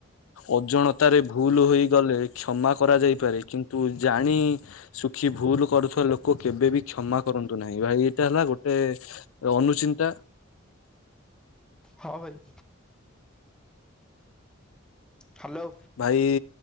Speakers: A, on the left; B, in the centre.
A: ଅଜାଣତାରେ ଭୁଲ ହୋଇଗଲେ କ୍ଷମା କରାଯାଇପାରେ କିନ୍ତୁ ଜାଣି ସୁଖୀ ଭୁଲ କରୁଥିବା ଲୋ ଲୋକ କେବେବି କ୍ଷମା କରନ୍ତୁ ନାହିଁ ଭାଇ ଏଇଟା ହେଲା ଗୋଟେ ଅନୁଚିନ୍ତା।
B: ହଁ ଭାଇ। ହାଲୋ।
A: ଭାଇ